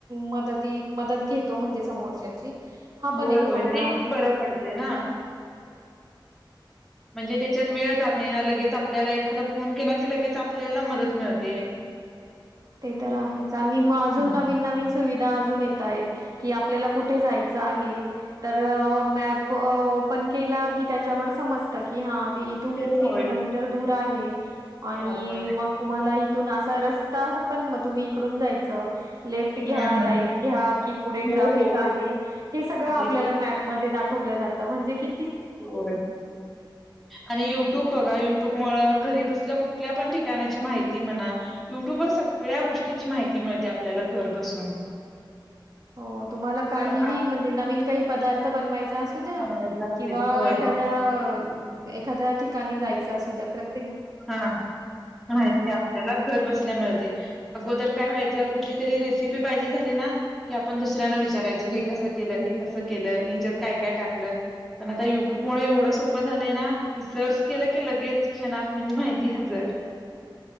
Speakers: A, on the right (about 50°); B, in the centre.
A: मदती, मदत घेतो म्हणजे समोरच्याची. हा पण
B: होय,
A: एक
B: होय
A: फायदा
B: ते
A: आहे.
B: बरं पडतय ना. म्हणजे त्याच्यात वेळ जात नाही ना, लगेच आपल्याला एखादा फोन केला की लगेच आपल्याला मदत मिळते.
A: ते तर आहेच, आणि मग
B: हं.
A: अजून नवीन-नवीन सुविधा अजून येत आहेत, की आपल्याला कुठ. कठे जायच आहे, तर मॅप ओपन केला की त्याच्यावर समजत की हा. ते इथून इतके
B: हो होय
A: किलोमीटर दूर. आहे. आणि
B: आपण
A: मग तुम्हाला हीतून असा रस्ता. रस्ता पण मग तुम्ही इकडून जायचं. लेफ्ट घ्या,
B: हम्म
A: राईट घ्या, की पुढे
B: हो
A: ट्रॅफिक
B: हो
A: आहे. हे सगळं
B: आहे
A: आपल्याला मॅपमध्ये दाखवलं जातं. कळत म्हणजे की.
B: हो आणि युट्यूब बघा, युट्यूब मूळ. घरी बसल्या कुठल्या पण ठिकाणाची माहिती म्हणा युट्यूब वर सगळ्या गोष्टीची माहिती मिळते, आपल्याला घर बसून.
A: हो तुम्हाला काहीही
B: अ, आपण
A: म्हणजे नवीन काही पदार्थ बनवायचे. चा असूद्या
B: बनवायचं असेल
A: किंवा
B: होय.
A: एखाद्या एक एखाद्या ठिकाणी जायचं असूद्या, प्रत
B: हा माहिती आपल्याला घर बसल्या मिळते. अगोदर काय व्हायचं? कुठली तरी रेसिपी पाहीजे झाली ना की, आपण दुसऱ्यांना विचारायचो, हे कस केलं हे कस केलं? ह्याच्यात काय काय टाकलं? पण आता युट्यूब मूळ एवढं सोपं झालंय ना की, सर्च केल की लगेच क्षणात म्हणजे माहिती हजर.